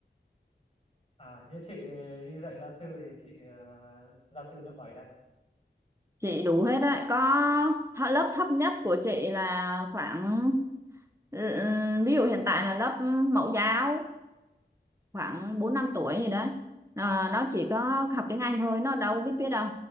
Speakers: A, on the left; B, on the right.
A: À, như chị đi dạy gia sư thì chị ờ, gia sư lớp mấy đây?
B: chị đủ hết đấy có th lớp thấp nhất của chị là khoảng ừ, ừ, ví dụ hiện tại là lớp mẫu giáo khoảng 4 5 tuổi gì đấy Ờ, nó chỉ có học tiếng Anh thôi nó đâu biết viết đâu